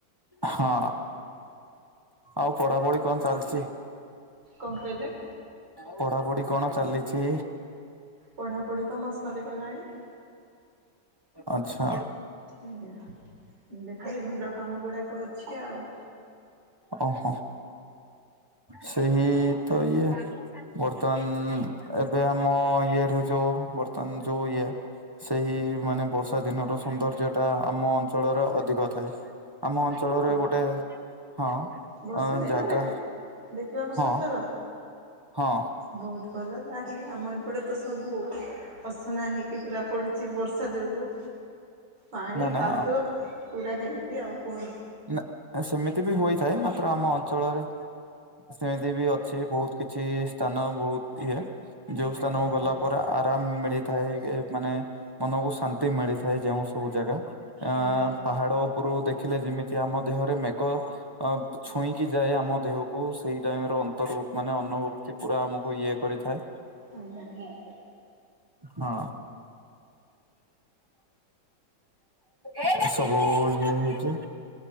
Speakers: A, on the right; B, on the right.
A: ହଁ ଆଉ ପଢାପଢି କଣ ଚାଲିଚି?
B: କଣ କହିଲେ?
A: ପଢାପଢି କଣ ଚାଲିଛି?
B: ପଢ଼ାପଢ଼ି ତ ମୋ ସରିଗଲାଣି।
A: ଆଛା
B: ଆଜ୍ଞା ଏବେ ଖାଲି ଘର କାମ ଗୁଡ଼ାକ ଅଛି ଆଉ।
A: ଓଃହ ସେହି ତ ଇଏ। ବର୍ତ୍ତମାନ ଏବେ ଆମ ଇଏରେ ଯୋଉ ବର୍ତ୍ତମାନ ଯୋଉ ଇଏ। ସେଇ ମାନେ ବର୍ଷା ଦିନର ସୌନ୍ଦର୍ଯ୍ୟ ଟା ଆମ। ଅଞ୍ଚଳରେ ଅଧିକ ଥାଏ ଆମ ଅଞ୍ଚଳରେ
B: ହଁ
A: ଗୋଟେ ହଁ।
B: ବର୍ଷା
A: ଆଁ
B: ଦିନରେ
A: ଜାଗା
B: ଦେଖିବାକୁ
A: ହଁ
B: ସୁନ୍ଦର
A: ହଁ।
B: ବହୁତ ଭଲ ତାହେଲେ ଆମ ଏପଟେ ତ ସବୁ ଅସନା ହେଇକି ପୁରା ପଡ଼ିଛି। ଛି ବର୍ଷା ଯୋଗୁଁ ପାଣି
A: ନା ନା
B: କାଦୁଅ ପୁରା ହେଇକି ଆଉ କୁହନି।
A: ନା ସେମିତି ବି ହୋଇଥାଏ ମାତ୍ର ଆମ ଅଞ୍ଚଳରେ ସେମିତି ବି ଅଛି ବହୁତ କିଛି ସ୍ଥାନ ବହୁତ ଇଏ ଯଉ ସ୍ଥାନକୁ
B: ଆଜ୍ଞା
A: ଗଲା ପରେ ଆରାମ ମିଳିଥାଏ ମାନେ ମନକୁ ଶାନ୍ତି ମିଳିଥାଏ ଯେଉଁ ସବୁ ଜାଗା ଆ
B: ଆଜ୍ଞା ଆଜ୍ଞା
A: ପାହାଡ ଉପରୁ ଦେଖିଲେ ଯେମିତି ଆମ ଦେହରେ ମେଘ ଅ ଛୁଇଁକି ଯାଏ ଆମ ଦେହକୁ, ସେଇ ଟାଇମରେ ଅନ୍ତର୍ଭୋଗ ମାନେ ଅନୁଭକ୍ ପୁରା ଆମକୁ ଇଏ କରିଥାଏ
B: ଆଜ୍ଞା ଆଜ୍ଞା
A: ହଁ ଏ ସବୁ ଇଏ ହେଇଛି